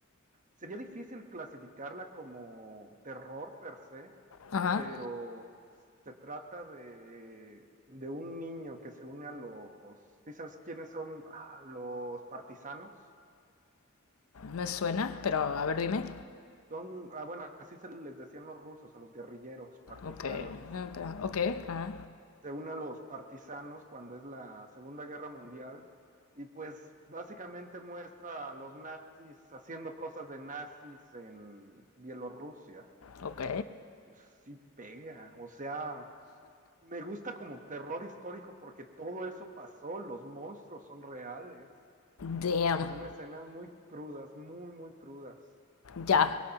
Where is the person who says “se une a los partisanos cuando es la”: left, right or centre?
Right